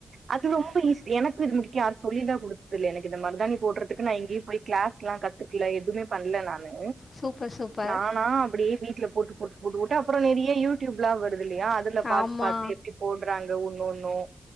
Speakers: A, on the right (about 75°); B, on the left (about 55°).
A: அது ரொம்ப ஈசி எனக்கு இது முடிக்க யாரும் சொல்லிலாம் கொடுத்தது இல்ல எனக்கு இந்த மருதானி போடுறதுக்கு நா எங்கேயும் போய் கிளாஸ்ல்லாம் கத் துக்கல எதுவுமே பண்ணல நானு
B: சூப்பர், சூப்பர்.
A: நானா அப்படியே வீட்டுல போட்டு போட்டு போட்டு போட்டு அப்புறம் நெறைய யூடியூப்ல்ல வருது இல்லையா அதுல பாத்து
B: ஆமா.
A: பாத்து எப்படி போட்றாங்க ஒன்னு ஒன்னும்